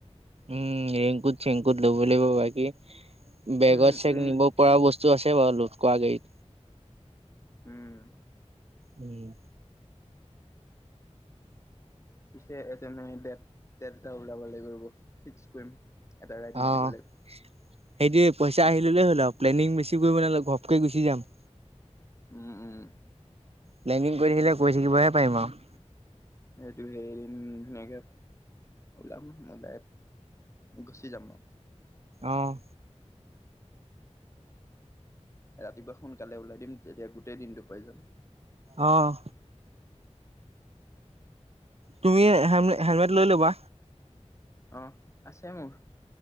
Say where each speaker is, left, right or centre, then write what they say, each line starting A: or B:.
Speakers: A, on the right; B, on the left.
A: উম ৰেংকুজ চেংকুত লব লাগিব বাকি বেগত
B: উম,
A: চেগ
B: উম,
A: নিব পৰা বস্তু আছে বাৰুল কোৱা গেই
B: উম
A: উম
B: পিছে তেনে দেত দেত এটা ওলাব লাগিব ৰ'ব ফিক্স কৰিম এটা গাড়ত
A: অ',
B: মাৰিব লাগিব
A: সেইটোৱে পইচা আহি ল'লেই হ'ল আৰু প্লেনিং বেছি কৰিব নালাগে ঘপকৈ গুচি যাম
B: উম উম
A: প্লেলিং কৰি থাকিলে কৰি থাকিবহে পাৰিম আৰু
B: সেইটো সেই এদিন ধুনীয়াকে ওলাম মজাই গুচি যাম
A: আহ
B: ৰাতিপুৱা সোনকালে ওলাই দিম তেতিয়া গোটেই দিনটো পাই যাম
A: আহ তুমি হেলমেট লৈ ল'বা
B: অ আছে মোৰ